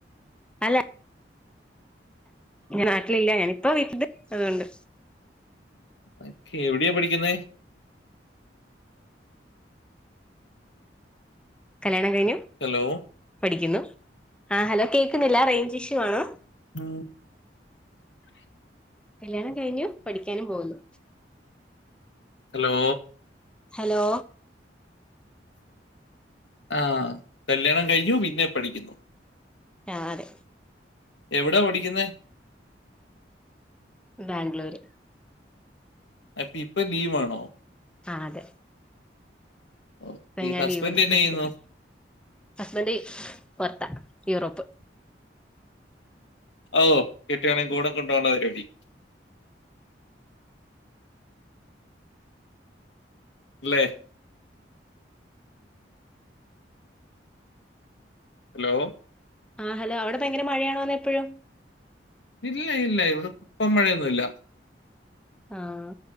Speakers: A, in the centre; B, on the left.
A: അല്ല ഞാൻ നാട്ടിലില്ല ഞാനിപ്പോ വിട്ടില്ണ്ട് അതുകൊണ്ട്.
B: ഓക്കെ എവിടെയാ പഠിക്കുന്നെ?
A: കല്യാണം കഴിഞ്ഞു.
B: ഹലോ
A: പഠിക്കുന്നു ആ ഹലോ കേൾക്കുന്നില്ല റേഞ്ച് ഇഷ്യൂ ആണോ?
B: <inaudible>
A: കല്യാണം കഴിഞ്ഞു പഠിക്കാനും പോകുന്നു
B: ഹലോ
A: ഹലോ
B: ആഹ് കല്യാണം കഴിഞ്ഞു പിന്നെ പഠിക്കുന്നു
A: ആഹ് അതെ
B: എവിടാ പഠിക്കുന്നേ
A: ബാംഗ്ലൂര്
B: അപ്പൊ ഇപ്പൊ ലീവ് ആണോ?
A: ആഹ് അതെ
B: ഓക്കേ.
A: പ്പഞ്ഞാലീവ്ടുത്ത്ക്ക്‌
B: ഹസ്ബൻഡ് എന്നാ ചെയ്യുന്നു?
A: ഹസ്ബൻഡ് പൊറത്താ യൂറോപ്പ്
B: ഔ കെട്ട്യോളീം കൂടെ കൊണ്ടുവാനുള്ള പരിപാടി ല്ലേ ഹലോ
A: ആഹ് ഹലോ അവിടെ ഭയങ്കര മഴയാണോന്നെപ്പഴും
B: ഇല്ല ഇല്ല ഇവിടെ ഇപ്പം മഴയൊന്നൂല്ല
A: ആഹ്